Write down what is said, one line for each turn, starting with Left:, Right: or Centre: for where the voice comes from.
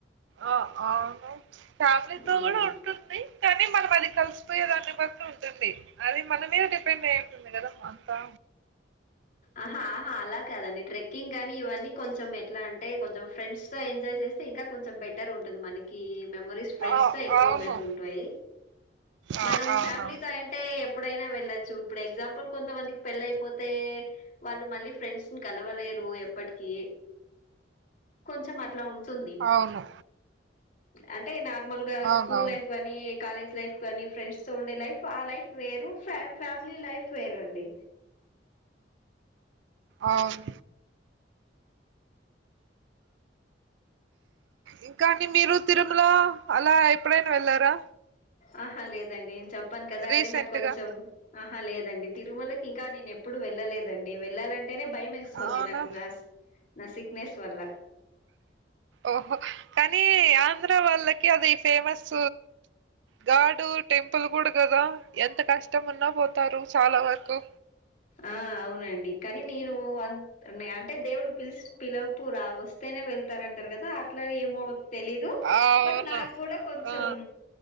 Right: ఆ అవునూ ఫ్యామిలీ తో
Left: ఉమ్
Right: కూడా ఉ ఉంటుంది కానీ మనం అది కలిసిపోయే దాన్ని బట్టి ఉంటుంది అది మన మీద డిపెండ్ అయ్యి ఉంటుంది కదా అంతా
Left: ఆహా ఆహా అలా కాదండి ట్రెక్కింగ్ కాగానీ ఇవన్నీ కొంచెం ఎట్లా అంటే కొంచెం ఫ్రెండ్స్ సో ఎంజాయ్ చేస్తే ఇంకా కొంచెం బెటర్ ఉంటుంది మనకి మెమరీస్ ఫ్రెండ్స్
Right: ఆ,
Left: తో ఎక్కువ
Right: అవును
Left: ఉన్నట్టు ఉంటాయి
Right: ఆ,
Left: మనం
Right: అవునవును
Left: ఫ్యామిలీతో ఏ అంటే ఎప్పుడైనా వెళ్ళొచ్చు ఇప్పుడు ఎగ్జాంపుల్ కొంతమందికి పెళ్ళ అయిపోతే వాళ్ళు మళ్ళీ ఫ్రెండ్స్ కలవలేరు ఎప్పటికి కొంచెం అట్లా ఉంట టుంది
Right: అవును
Left: అంటే నార్మల్ గా
Right: అవునవును
Left: స్కూల్ లైఫ్ కానీ కాలేజ్ లైఫ్ కానీ ఫ్రెండ్స్ తో ఉండే లైఫ్ ఆ లైఫ్ వేరు ఫ్యామిలీ లైఫ్ వేరు అండి
Right: అవునూ ఇంకాని మీరు తిరుమల అలా ఎప్పుడైనా వెళ్లారా
Left: ఆహా లేదండి నేను చెప్పాను కదా
Right: రీసెంట్గా
Left: అదే నాకు కొంచెం ఆహా లేదండి తిరుమలకి ఇంకా నేను ఎప్పుడు వెళ్ళలేదండి వెళ్ళాలంటే అంటేనే భయం వేస్తుంది
Right: అవునా
Left: నాకు నా నా సిక్నెస్ వల్ల
Right: ఓహో కానీ ఆంధ్ర వాళ్ళకి అది ఫేమస్ గాడు టెంపుల్ కూడా కదా ఎంత కష్టం ఉన్నా పోతారు చాలా వరకు
Left: ఆ అవునండి కానీ నేను అన్ న్నా అంటే దేవుడు పిలు పిలపు రా వస్తేనే వెళ్తు తారంటారు కదా అట్లా ఏమో తెలీదు
Right: అవును
Left: బట్ నాకు కూడా కొంచెం
Right: ఆ